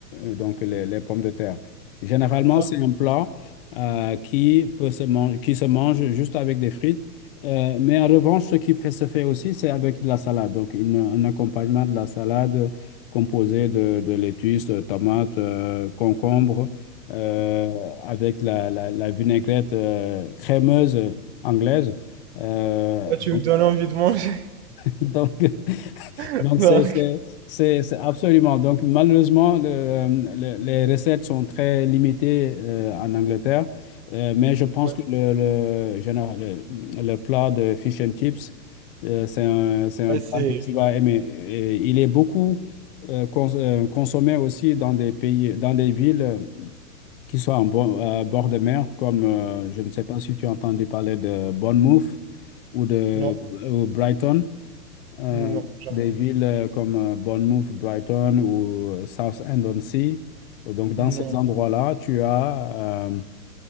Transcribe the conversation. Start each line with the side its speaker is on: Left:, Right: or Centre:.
Left: euh, donc les les pommes de terre. Généralement,
Right: D'accord.
Left: c'est un plat euh, qui peut se mange- qui se mange juste avec des frites. Euh, mais en revanche, ce qui fait, se fait aussi, c'est avec de la salade. Donc, une- un accompagnement de la salade composé de, de lettuce, de tomates, euh, concombres, euh, avec la, la, la vinaigrette euh, crémeuse anglaise. Euh,
Right: Là, tu
Left: donc,
Right: me donnes envie de manger.
Left: <laughs> donc,
Right: <laughs>
Left: donc,
Right: Donc,
Left: c'est c'est- c'est- c'est absolument. Donc, malheureusement, le- le- les recettes sont très limitées euh, en Angleterre, Euh, mais je pense
Right: ouais.
Left: que le, le, général- le- le plat de fish and chips, euh, c'est un, c'est un
Right: Ah, c'est-
Left: plat que tu vas aimer. Et il est beaucoup euh, cons- euh, consommé aussi dans des pays, dans des villes euh, qui sont en bo- à bord de mer, comme euh, je ne sais pas si tu as entendu parler de Bournemouth ou de
Right: Non,
Left: ou Brighton. Euh,
Right: non, jamais
Left: des villes
Right: non.
Left: euh, comme euh, Bournemouth, Brighton ou euh, Southend-on-Sea. Donc, dans ces
Right: Non,
Left: endroits-là, tu as euh,